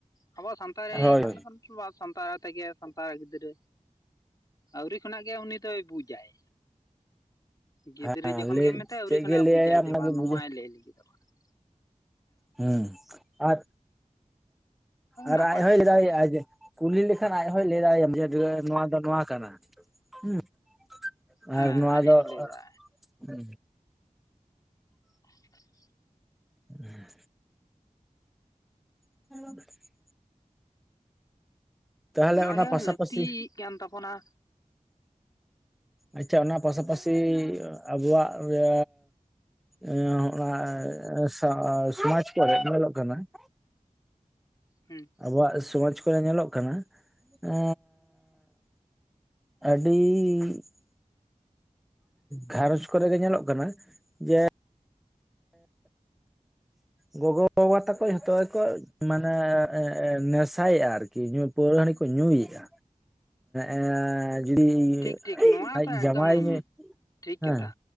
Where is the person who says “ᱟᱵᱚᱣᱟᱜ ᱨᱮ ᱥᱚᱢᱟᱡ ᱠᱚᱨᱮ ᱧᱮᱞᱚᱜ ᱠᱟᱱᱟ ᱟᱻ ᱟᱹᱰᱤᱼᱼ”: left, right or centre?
Centre